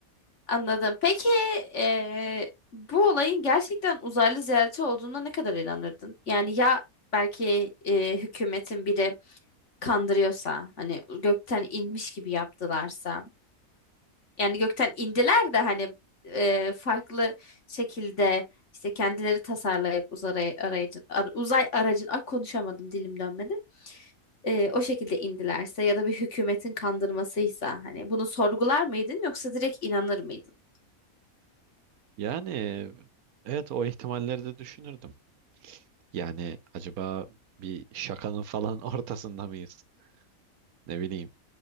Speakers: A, on the left (about 55°); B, on the right (about 85°).
A: Anladım. Peki eee, bu olayın gerçekten uzaylı ziyareti olduğuna ne kadar inanırdın? Yani ya belki eee, hükümetin biri kandırıyorsa hani gökten inmiş gibi yaptılarsa yani gökten indiler de hani eee, farklı şekilde işte kendileri tasarlayıp uzay aracın uzay aracın ah, konuşamadım dilim dönmedi. Eee, o şekilde indilerse ya da bir hükümetin kandırmasıysa hani bunu sorgular mıydın yoksa direkt inanır mıydın?
B: yani evet o ihtimalleri de düşünürdüm. Yani acaba bir şakanın falan <laughs> ortasında mıyız ne bileyim